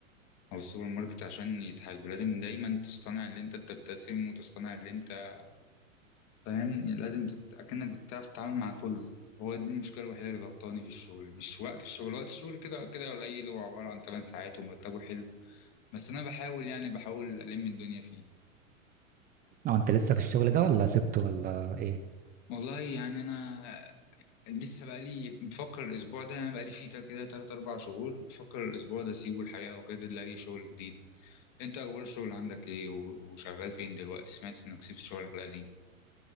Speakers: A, on the left; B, on the right.
A: او السوبر ماركت عشان يتحاسبوا لازم دايما تصطنع اللي انت بتبتسم وتصطنع اللي انت فاهم يعني لازم تت... اكنك بتعرف تتعامل مع كله هو دي المشكله الوحيده اللي ضغطاني في الشغل مش وقت الشغل وقت الشغل كده كده قليل هو عباره عن 8 ساعات ومرتبه حلو بس انا بحاول يعني بحاول الم الدنيا فيه
B: او انت لسه في الشغل ده ولا سبته ولا ايه
A: والله يعني انا لسه بقالي بفكر الاسبوع ده انا بقالي فيه تا- كده 3 4 شهور بفكر الاسبوع ده اسيبه الحقيقه واجدد لاي شغل جديد انت اخبار الشغل عندك ايه و- وشغال فين دلوقتي سمعت انك سبت شغلك القديم